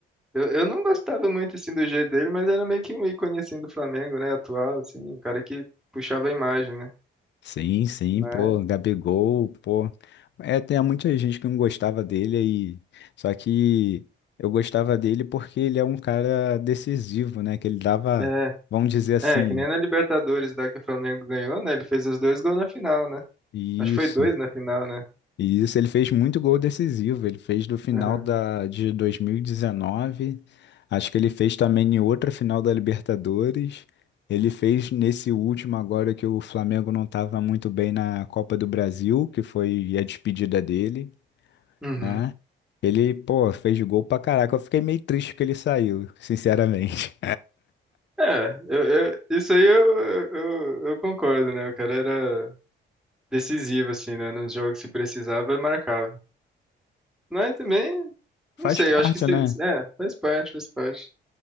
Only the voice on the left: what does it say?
Sim, sim,
pô, Gabigol, pô. É, tem muita gente que não gostava dele aí. Só que eu gostava dele porque ele é um cara decisivo, né? Que ele dava,
vamos dizer assim,
isso.
E isso ele fez muito gol decisivo. Ele fez do final
da, de 2019. Acho que ele fez também em outra final da Libertadores. Ele fez nesse último agora que o Flamengo não estava muito bem na Copa do Brasil, que foi a despedida dele,
né? Ele, pô, fez gol pra caraca. Eu fiquei meio triste que ele saiu, sinceramente.
<laughs> Faz
parte,
né?